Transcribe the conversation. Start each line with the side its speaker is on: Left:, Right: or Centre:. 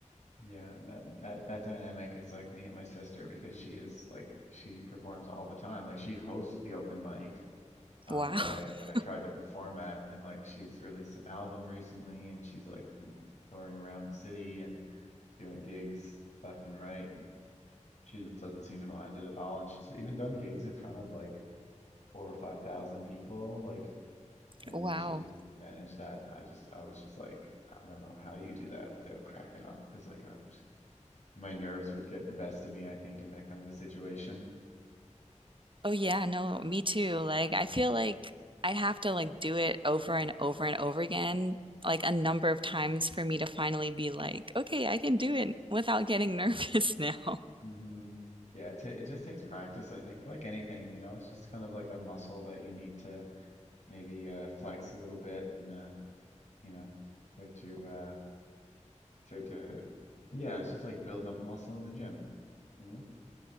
Left: Yeah, that that that dynamic is like me and my sister because she is like she performs all the time. Like she hosts the open mic um
Right: Wow.
Left: that I
Right: <laughs>
Left: that I tried to perform at and like she's released an album recently and she's like been touring around the city and doing gigs left and right and she just doesn't seem to mind it at all and she's even done gigs in front of like four or five thousand people like and
Right: Wow.
Left: she managed that. I just I was just like I don't know how you do that without cracking up because like I was my nerves would get the best of me, I think, in that kind of a situation.
Right: Oh yeah, no, me too. Like I feel like I'd have to like do it over and over and over again, like a number of times for me to finally be like, okay, I can do it without getting <laughs> nervous now.
Left: Mm-hmm. Yeah, it, ta it just takes practice, I think, like anything, you know, it's just kind of like a muscle that you need to maybe uh, flex a little bit and, uh, you know, start to, uh, start to, yeah, it's just like building up a muscle in the gym, you know?